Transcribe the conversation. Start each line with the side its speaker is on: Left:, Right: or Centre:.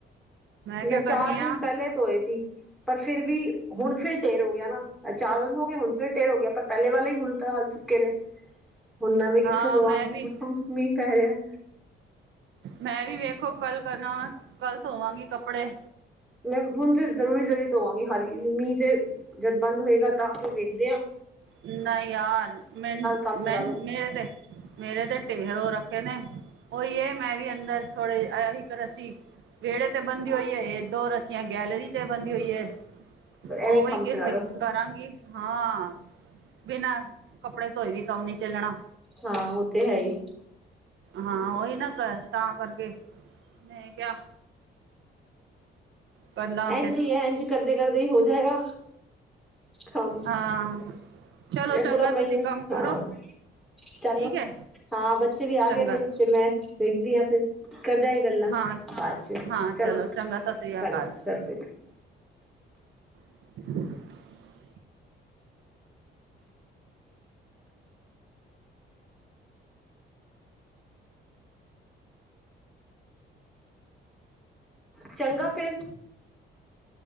Right: ਕਿਆ
Centre: ਮੈਂ
Right: ਕਰਨੀ
Centre: ਚਾਰ ਦਿਨ
Right: ਆ
Centre: ਪਹਿਲੇ ਤੋਏ ਸੀ। ਪਰ ਫਿਰ ਵੀ ਹੁਣ ਫਿਰ ਢੇਰ ਹੋ ਗਿਆ ਨਾ। ਚਾਰ ਦਿਨ ਹੋ ਗਏ ਹੁਣ ਫਿਰ ਢੇਰ ਹੋ ਗਿਆ। ਪਰ ਪਹਿਲੇ ਵੱਲੇ ਹੀ ਹੁਣ, ਤਾਂ ਹੱਲ ਚੁੱਕੇ ਨੇ। ਹੁਣ ਮੈਵੇਂ ਕਿੱਥੇ
Right: ਹਾਂ
Centre: ਧੋਵਾ,
Right: ਮੈਂ ਵੀ
Centre: ਮੀਂਹ ਪੈ ਰਿਹਾ ਹੈ।
Right: ਮੈਂ ਵੀ ਵੇਖੋ ਕੱਲ ਕਰਨਾ, ਕੱਲ ਧੋਵਾਂਗੀ ਕੱਪੜੇ।
Centre: ਮੈਂ ਹੁਣ ਤੇ ਜ਼ਰੂਰੀ- ਜ਼ਰਰੀ ਧੋਵਾਂਗੀ ਹਾਲੀ ਮੀਂਹ ਤੇ, ਜਦ ਬੰਦ ਹੋਏਗਾ ਤਾਂ ਫਿਰ ਵੇਖਦੇ ਆਂ।
Right: ਨਹੀਂ ਯਾਰ, ਮੈ-
Centre: ਕੰਮ ਚਲਾ
Right: ਮੈ ਮੇਰੇ
Centre: ਲੋ
Right: ਤੇ ਮੇਰੇ ਤੇ ਢੇਰੋ ਰੱਖੇ ਨੇ, ਉਹੀ ਮੈਂ ਵੀ ਅੰਦਰ ਥੋੜੇ ਇੱਕ ਰੱਸੀ ਵਿਹੜੇ ਤੇ ਬੰਦੀ ਹੋਈ ਹੈਏ, ਦੋ ਰੱਸੀਆਂ ਗੈਲਰੀ ਤੇ ਬੰਦੀ ਹੋਈ ਹੈ।
Centre: ਐਵੇਂ
Right: ਉਵੇਂ
Centre: ਕੰਮ
Right: ਕਿਥੇ
Centre: ਚਲਾ ਲੋ
Right: ਕਰਾਂਗੀ। ਹਾਂ। ਬਿਨਾਂ ਕੱਪੜੇ ਧੋਏ ਵੀ ਕੰਮ ਨੀ ਚੱਲਣਾ।
Centre: ਹਾਂ ਉਹ ਤੇ ਹੈ ਹੀ।
Right: ਹਾਂ, ਉਹੀ ਨਾ ਤਾਂ ਕਰਕੇ, ਮੈਂ ਕਿਹਾ ਕਰ ਲਾਂ
Centre: ਇੰਝ
Right: ਫਿਰ
Centre: ਐ, ਇੰਝ ਕਰਦੇ- ਕਰਦੇ ਹੀ ਹੋ ਜਾਏਗਾ। ਕੰਮ,
Right: ਹਾਂ ਚਲੋ
Centre: ਇਹ
Right: ਚੰਗਾ
Centre: ਪੂਰਾ ਮਹੀਨਾ
Right: ਤੁਸੀਂ ਕੰਮ
Centre: ਹਾਂ।
Right: ਕਰੋ
Centre: ਚਲੋ,
Right: ਠੀਕ ਹੈ
Centre: ਹਾਂ ਬੱਚੇ ਵੀ ਆ
Right: ਚੰਗਾ
Centre: ਗਏ ਨੇ ਤੇ, ਮੈਂ ਵੇਖਦੀ ਹਾਂ, ਫਿਰ ਕਰਦੇ ਗੱਲਾਂ,
Right: ਹਾਂ
Centre: ਬਾਅਦ ਚ',
Right: ਹਾਂ
Centre: ਚਲੋ
Right: ਚੰਗਾ ਸਤਿ ਸ੍ਰੀ
Centre: ਚੰ।
Right: ਅਕਾਲ
Centre: ਸਤਿ ਸ਼੍ਰੀ ਅਕਾਲ।
Right: <inaudible>
Centre: ਚੰਗਾ ਫੇ। ਰ